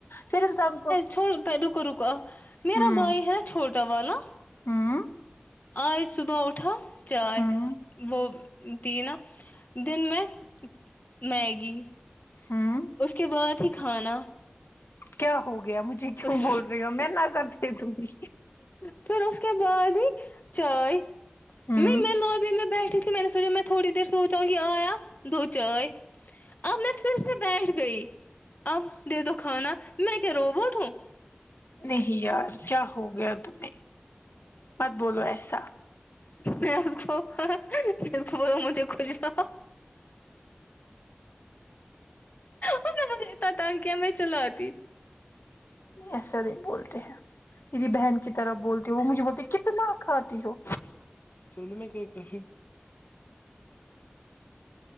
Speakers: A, on the left; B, on the left.
A: پھر انسان کو
B: چھو رکو رکو میرا
A: ہوں
B: بھائی ہے چھوٹا والا
A: ہوں
B: آج صبح اٹھا چائے
A: ہوں
B: وہ تھی نا دن میں میگی
A: ہوں
B: اس کے بعد ہی کھانا
A: کیا ہو گیا مجھے کیوں
B: اس
A: بول رہی ہو میں نظر دے دوں گی
B: پھر اس کے بعد ہی چائے
A: ہوں
B: نہیں میں لوابی میں بیٹھی تھی میں نے سوچا میں تھوڑی دیر سوچا کہ آیا دو چائے اب میں پھر سے بیٹھ گئی اب دے دو کھانا میں کیا روبوٹ ہوں
A: نہیں یار کیا ہو گیا تمیں مت بولو ایسا
B: میں اس کو میں اس کو بولو مجھےخوجاؤ اس نے مجھے اتنا تنگ کیا میں چلاتی
A: ایسا نہیں بولتے ہیں میری بہن کی طرف بولتی ہو وہ مجھے بولتی کتنا کھاتی ہو
B: چولیں میں کیک ہے جی